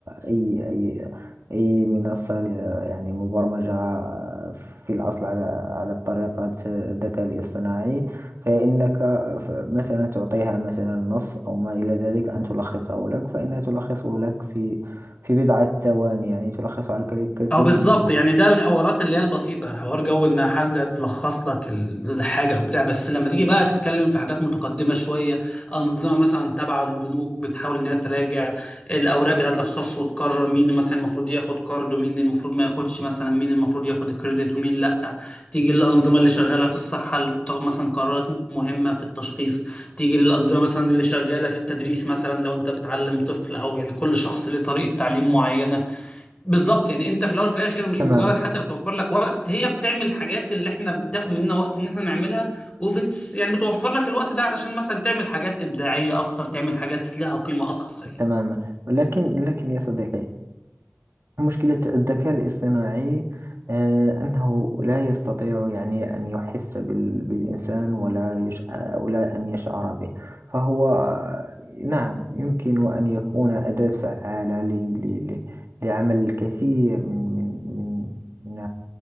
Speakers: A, on the right; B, on the left.
A: أي أي أي منصة آه، يعني مبرمجة آه، في الأصل على على طريقة الذكاء الاصطناعي فإنك ف- مثلا تعطيها مثلا نص أو ما إلى ذلك أن تلخصه لك فإنها تلخصه لك في في بضعة ثواني يعني تلخص على كثير
B: او بالظبط
A: من الوقت
B: يعني ده الحوارات اللي هي البسيطه حوار جو ان حاجه تلخص لك ال- الحاجه او بتاع بس لما تيجي بقى تتكلم في حاجات متقدمه شويه انظمه مثلا تبع البنوك بتحاول انها تراجع الاوراق بتاعت الاشخاص وتقرر مين مثلا المفروض ياخد قرض ومين المفروض ما ياخدش مثلا مين المفروض ياخد الكريدت ومين لا تيجي الانظمه اللي شغاله في الصحه اللي بتاخد مثلا قرارات مهمه في التشخيص تيجي الانظمه مثلا اللي شغاله في التدريس مثلا لو انت بتعلم طفل او يعني كل شخص ليه طريقه تعليم معينه بالظبط يعني انت في الاول وفي الاخر مش
A: تماما
B: مجرد حتى بتوفر لك وقت هي بتعمل الحاجات اللي احنا بتاخد مننا وقت ان احنا نعملها وبت يعني بتوفر لك الوقت ده علشان مثلا تعمل حاجات ابداعيه اكتر تعمل حاجات لها قيمه اكتر يعني
A: تماما ولكن لكن يا صديقي مشكلة الذكاء الاصطناعي آه، أنه لا يستطيع يعني أن يحس بال- بالإنسان ولا يش... آه، ولا أن يشعر به فهو آه، نعم يمكن أن يكون أداة فعالة ل... ل... ل... لعمل الكثير من من من من